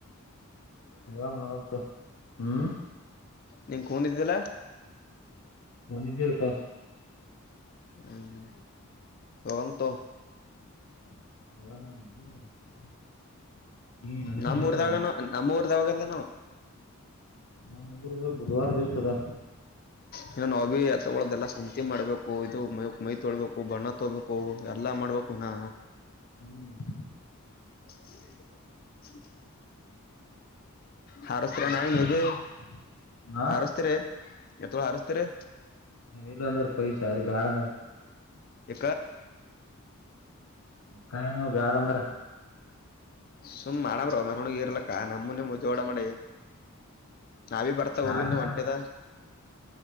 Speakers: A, on the left; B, on the left.
A: ಮರಾಮ ಮರಾಮ ಹ್ಮ್
B: ನಿಂ ಕೂೊಂಡಿದ್ದಿಲ್ಲ
A: ಹನಿದ್ದರಪಾ
B: ಹ್ಮ ಗಾಮ ತ
A: <unintelligible> ಈ ನಡದಿ
B: ನಮ್ಮೂಊರ್ದಗನ
A: ಹೊಲಕ
B: ನಮ್ಮ ಊರ್ದವಾಗದ ಏನೋ
A: ನಮ್ ಮೂರ್ಗ ಬುಧವಾರ ದಿವ್ಸ ಅದ
B: ಇನ್ನು ನಾವು ಬಿ ತಗೊಳ್ಳೋದಲ್ಲ ಸಂತಿ ಮಾಡ್ಬೇಕು ಇದು ಮೈ ಮೈ ತೊಳ್ಬೇಕು ಬಣ್ಣ ತೋಬೇಕು ಎಲ್ಲಾ ಮಾಡ ಮಾಡ್ಬೇಕುನಾ
A: ಹ್ಮ್
B: <inaudible> ಹಾರಸ್ತೀರ
A: ಮತ್ತೇನ್
B: ನಾ ನೀವು
A: ನಡ್ದ ಹಾ
B: ಹಾರಸ್ತೀರಿ ಎತ್ಳ ಹಾರಿಸ್ತೀರಿ
A: ಇಲ್ಲ ಅಂದಾರ ಪಯ ಸಾರ ಬ್ಯಾಡ ಅಂದಾರ
B: ಎ
A: ಬೇಕನು ಬ್ಯಾಡ ಅಂಬಾರ
B: ಸುಮ್ ಮಾಡ್ರೋ ಮ ಹ ಗರ್ಲಕ್ಕ ನಮ್ಮೂನೆ ಮುಜವಾಡ ಮಾಡೆ ನಾಿ ಬರ್ತಾವ
A: ಬ್ಯಾಡ
B: ಊರ್ಗಿಂದು
A: ಅಂದಾರ
B: ಹೊಂಟದ